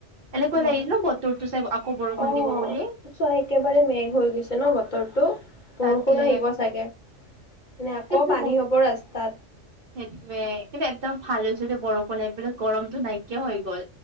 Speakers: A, on the right (about 50°); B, on the left (about 45°).
A: এনেকুৱা
B: অ'।
A: লাগিল ন বতৰটো চাই আকৌ বৰষুণ
B: অ',
A: দিব বুলি।
B: চোৱা একেবাৰে মেঘ হৈ গৈছে ন বতৰটো। বৰষুণ
A: তাকে
B: আহিব চাগে। নে আকৌ
A: কিন্তু
B: পানী হ'ব ৰাস্তাত।
A: সেইটোৱে, কিন্তু একদম ভাল হৈছে দেই বৰষুণ আহি পেলাই গৰমটো নাইকিয়া হৈ গ'ল।